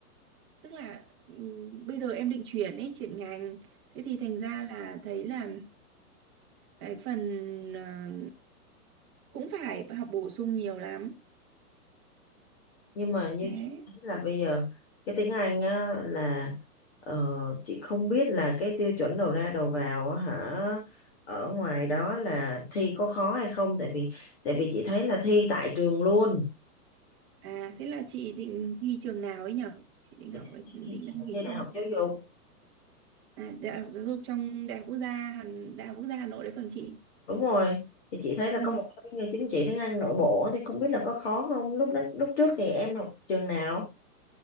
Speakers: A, on the right (about 20°); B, on the left (about 40°).
A: tức là ừm, bây giờ em định chuyển ấy chuyển ngành thế thì thành ra là thấy là cái phần ờ, cũng phải học bổ sung nhiều lắm
B: nhưng mà như
A: đấy
B: chị nói là bây giờ cái tiếng Anh á là ờ, chị không biết là cái tiêu chuẩn đầu ra đầu vào á hả ở ngoài đó là thi có khó hay không tại vì tại vì chị thấy là thi tại trường luôn
A: à thế là chị định thi trường nào ấy nhở chị định
B: Chị
A: học ở-
B: thi,
A: định
B: chị
A: đăng ký
B: thi đại
A: trường
B: học
A: nào
B: giáo dục
A: à, đại học giáo dục trong đại học quốc gia Hà đại học quốc gia Hà Nội đấy phần chị
B: đúng rồi thì chị thấy là
A: ừ.
B: có một cái chứng chỉ tiếng Anh nội bộ á, thì không biết là có khó không lúc đó lúc trước thì em học trường nào